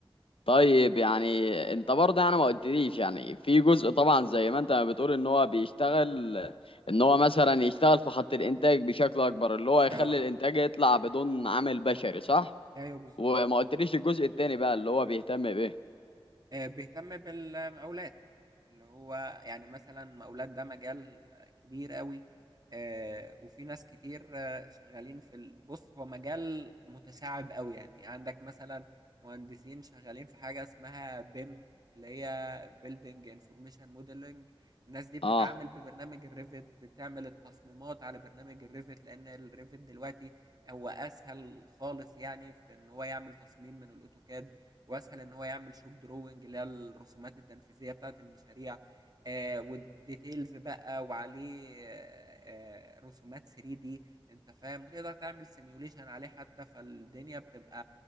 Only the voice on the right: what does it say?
اه
اه
ايوه بالظبط
آه، بيهتم بالمقاولات اللي هو يعني مثلا مقاولات ده مجال كبير قوي آه، وفي ناس كتير آه، شغالين في ال- بص هو مجال متشعب قوي يعني عندك مثلا مهندسين شغالين في حاجة اسمها بيم اللي هي بيلدينج انفورميشن موديلنج الناس دي بتتعامل
ببرنامج الريفت بتعمل التصميمات على برنامج الريفت لان الريفت دلوقتي هو اسهل خالص يعني في ان هو يعمل تصميم من الاوتوكاد واسهل ان هو يعمل شوب دروينج اللي هي الرسومات التنفيذيه بتاعه المشاريع آه والديتيلز بقى وعليه آه آه، رسومات 3 دي انت فاهم وتقدر تعمل سيميوليشن عليه حتى فالدنيا بتبقى